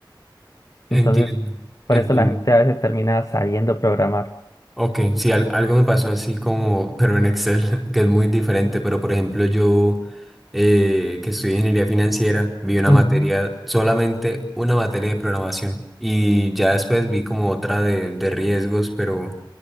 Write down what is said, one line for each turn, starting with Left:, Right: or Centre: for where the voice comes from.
Left: Entonces,
Centre: Entiendo,
Left: por
Centre: entiendo.
Left: eso la gente a veces termina sabiendo programar.
Centre: Ok, sí, al- algo me pasó así como, pero en Excel, <laughs> que es muy diferente, pero por ejemplo yo, eh, que estudié ingeniería financiera, vi una
Left: Ujú.
Centre: materia, solamente una materia de programación y ya después vi como otra de, de riesgos, pero